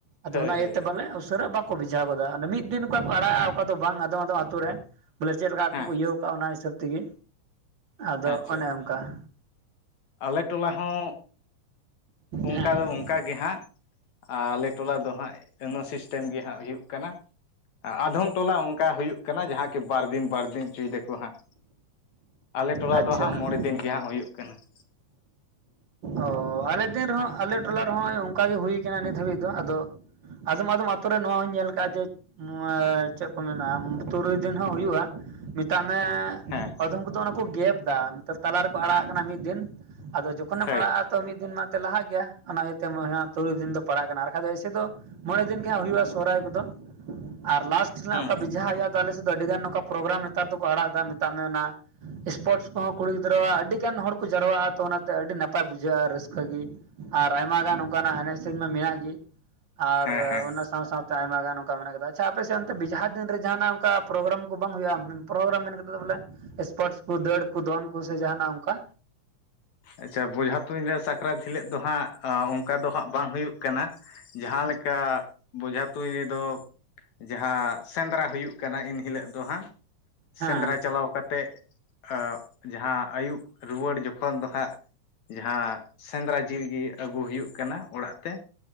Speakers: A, on the right (about 40°); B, on the left (about 65°).
A: ᱟᱫᱚ
B: ᱦᱳᱭ
A: ᱚᱱᱟ ᱤᱭᱟᱹᱛᱮ
B: ᱦᱳᱭ
A: ᱵᱚᱞᱮ ᱩᱥᱟᱹᱨᱟ ᱵᱟᱠᱚ ᱵᱷᱮᱡᱷᱟ ᱜᱚᱫᱟ ᱢᱤᱫ ᱫᱤᱱ ᱚᱠᱟ ᱠᱚ ᱟᱲᱟᱜᱼᱟ ᱚᱠᱟ ᱫᱚ ᱵᱟᱝ ᱟᱫᱚᱢ ᱟᱫᱚᱢ ᱟᱹᱛᱩ ᱨᱮ, ᱵᱚᱞᱮ ᱪᱮᱫ ᱞᱮᱠᱟ ᱟᱠᱚ
B: ᱦᱮᱸ
A: ᱠᱚ ᱤᱭᱟᱹᱣ ᱠᱟᱜᱼᱟ ᱚᱱᱟ ᱦᱤᱥᱟᱹᱵᱽ ᱛᱮᱜᱮ ᱟᱫᱚ
B: ᱟᱪᱪᱷᱟ
A: ᱚᱱᱮ ᱚᱝᱠᱟ ᱾
B: ᱟᱞᱮ ᱴᱚᱞᱟ ᱦᱚᱸ ᱚᱝᱠᱟ
A: ᱦᱮᱸ
B: ᱫᱚ ᱚᱝᱠᱟ ᱜᱮ ᱦᱟᱸᱜ ᱾ ᱟᱨ ᱟᱞᱮ ᱴᱚᱞᱟ ᱫᱚ ᱦᱟᱸᱜ ᱤᱱᱟ ᱥᱤᱥᱴᱮᱢ ᱜᱮ ᱦᱟᱸᱜ ᱦᱩᱭᱩᱜ ᱠᱟᱱᱟ ᱾ ᱟᱫᱷᱚᱢ ᱴᱚᱞᱟ ᱚᱝᱠᱟ ᱦᱩᱭᱩᱜ ᱠᱟᱱᱟ ᱡᱟᱦᱟᱸ ᱠᱤ ᱵᱟᱨ ᱫᱤᱱ ᱵᱟᱨ ᱫᱤᱱ ᱦᱚᱪᱚᱭ ᱫᱟᱠᱚ ᱦᱟᱸᱜ ᱾ ᱟᱞᱮ ᱴᱚᱞᱟ
A: ᱟᱪᱪᱷᱟ
B: ᱫᱚ ᱦᱟᱸᱜ ᱢᱚᱬᱮ ᱫᱤᱱ ᱜᱮ ᱦᱟᱸᱜ ᱦᱩᱭᱩᱜ ᱠᱟᱱᱟ ᱾
A: ᱚ ᱟᱞᱮ ᱫᱮᱱ ᱨᱮᱦᱚᱸ ᱟᱞᱮ ᱴᱚᱞᱟ ᱨᱮᱦᱚᱸ ᱦᱚᱸᱜᱼᱚᱭ ᱚᱝᱠᱟ ᱜᱮ ᱦᱩᱭᱠᱟᱱᱟ ᱱᱤᱛ ᱦᱟᱹᱵᱤᱡ ᱫᱚ, ᱟᱫᱚ ᱟᱫᱚᱢ ᱟᱫᱚᱢ ᱟᱛᱳ ᱨᱮ ᱱᱚᱣᱟ ᱦᱚᱧ ᱧᱮᱞ ᱠᱟᱜᱼᱟ ᱡᱮ ᱱᱚᱣᱟ ᱪᱮᱜ ᱠᱚ ᱢᱮᱛᱟ ᱛᱩᱨᱩᱭ ᱫᱤᱱ ᱦᱚᱸ ᱦᱩᱭᱩᱜᱼᱟ, ᱢᱤ ᱛᱟᱜ ᱢᱮ
B: ᱦᱮᱸ
A: ᱟᱫᱷᱚᱢ ᱠᱚᱫᱚ ᱚᱱᱟ ᱠᱚ ᱜᱮᱯ ᱫᱟ ᱛᱟᱞᱟ ᱨᱮᱠᱚ ᱟᱲᱟᱜ ᱠᱟᱱᱟ ᱢᱤᱫ ᱫᱤᱱ ᱟᱫᱚ ᱡᱚ ᱠᱷᱚᱱᱮᱢ
B: ᱦᱳᱭ
A: ᱟᱲᱟᱜᱼᱟ ᱛᱚ ᱢᱤᱫ ᱫᱤᱱ ᱢᱟ ᱞᱟᱦᱟᱜ ᱜᱮᱭᱟ ᱚᱱᱟ ᱤᱭᱟᱹᱛᱮ ᱛᱩᱨᱩᱭ ᱫᱤᱱ ᱫᱚ ᱯᱟᱲᱟᱜ ᱠᱟᱱᱟ, ᱟᱨ ᱵᱟᱠᱷᱟᱱ ᱫᱚ ᱮᱭᱥᱮ ᱫᱚ ᱢᱚᱬᱮ ᱫᱤᱱ ᱜᱮ ᱦᱟᱸᱜ ᱦᱩᱭᱩᱜᱼᱟ ᱥᱚᱦᱚᱨᱟᱭ ᱠᱚᱫᱚ ᱟᱨ ᱞᱟᱥᱴ ᱨᱮᱱᱟᱜ
B: ᱦᱩᱸ
A: ᱚᱠᱟ ᱵᱮᱡᱷᱟ ᱦᱩᱭᱩᱜᱼᱟ ᱛᱟᱦᱚᱞᱮ ᱥᱮᱫ ᱫᱚ ᱟᱹᱰᱤ ᱜᱟᱱ ᱱᱚᱸᱠᱟ ᱯᱨᱳᱜᱨᱟᱢ ᱱᱮᱛᱟᱨ ᱫᱚᱠᱚ ᱟᱲᱟᱜ ᱫᱟ ᱢᱮᱛᱟᱜ ᱢᱮ ᱚᱱᱟ ᱮᱥᱯᱳᱨᱴᱥ ᱠᱚᱦᱚᱸ ᱠᱩᱲᱤ ᱜᱤᱫᱽᱨᱟᱹᱣᱟᱜ ᱟᱹᱰᱤ ᱜᱟᱱ ᱦᱚᱲ ᱠᱚ ᱡᱟᱨᱣᱟᱜᱼᱟ, ᱛᱚ ᱚᱱᱟ ᱛᱮ ᱟᱹᱰᱤ ᱱᱟᱯᱟᱭ ᱵᱩᱡᱷᱟᱹᱜᱼᱟ ᱨᱟᱹᱥᱠᱟᱹ ᱜᱮ, ᱟᱨ ᱟᱭᱢᱟ ᱜᱟᱱ ᱚᱱᱠᱟᱱᱟᱜ ᱮᱱᱮᱡ ᱥᱮᱨᱮᱧ ᱢᱟ ᱢᱮᱱᱟᱜ ᱜᱮ ᱾ ᱟᱨ
B: ᱦᱮᱸ ᱦᱮᱸ
A: ᱚᱱᱟ ᱥᱟᱶ ᱥᱟᱶᱛᱮ ᱟᱭᱢᱟ ᱜᱟᱱ ᱚᱱᱠᱟ ᱢᱮᱱᱟᱜ ᱠᱟᱫᱟ, ᱟᱪᱪᱷᱟ ᱟᱯᱮᱥᱮᱫ ᱚᱱᱛᱮ ᱵᱤᱡᱷᱟ ᱫᱤᱱ ᱨᱮ ᱡᱟᱦᱟᱱᱟᱜ ᱚᱝᱠᱟ ᱯᱨᱳᱜᱨᱟᱢ ᱠᱚ ᱵᱟᱝ ᱦᱩᱭᱩᱜᱼᱟ? ᱯᱨᱳᱜᱨᱟᱢ ᱢᱮᱱ ᱠᱟᱛᱮᱫ ᱫᱚ ᱵᱚᱞᱮ ᱥᱯᱳᱨᱴᱥ ᱠᱚ ᱫᱟᱹᱲ ᱠᱚ ᱫᱚᱱ ᱠᱚ ᱥᱮ ᱡᱟᱦᱟᱱᱟᱜ ᱚᱝᱠᱟ?
B: ᱟᱪᱪᱷᱟ ᱵᱚᱡᱷᱟ ᱛᱩᱧ ᱨᱮ ᱥᱟᱠᱨᱟᱛ ᱦᱤᱞᱟᱹᱜ ᱫᱚ ᱦᱟᱸᱜ ᱚᱱᱠᱟ ᱫᱚ ᱦᱟᱸᱜ ᱵᱟᱝ ᱦᱩᱭᱩᱜ ᱠᱟᱱᱟ ᱾ ᱡᱟᱦᱟᱸ ᱞᱮᱠᱟ ᱵᱚᱡᱷᱟ ᱛᱩᱧ ᱨᱮᱫᱚ ᱡᱟᱦᱟᱸ ᱥᱮᱸᱫᱽᱨᱟ ᱦᱩᱭᱩᱜ ᱠᱟᱱᱟ ᱤᱱᱦᱤᱞᱳᱜ ᱫᱚ ᱦᱟᱸᱜ ᱾
A: ᱦᱮᱸ
B: ᱥᱮᱸᱫᱽᱨᱟ ᱪᱟᱞᱟᱣ ᱠᱟᱛᱮᱜ ᱟᱜ ᱡᱟᱦᱟᱸ ᱟᱹᱭᱩᱵ ᱨᱩᱣᱟᱹᱲ ᱡᱚᱠᱷᱚᱱ ᱫᱚ ᱦᱟᱸᱜ ᱡᱟᱦᱟᱸ ᱥᱮᱸᱫᱽᱨᱟ ᱡᱤᱞᱜᱤ ᱟᱹᱜᱩ ᱦᱩᱭᱩᱜ ᱠᱟᱱᱟ ᱚᱲᱟᱜ ᱛᱮ,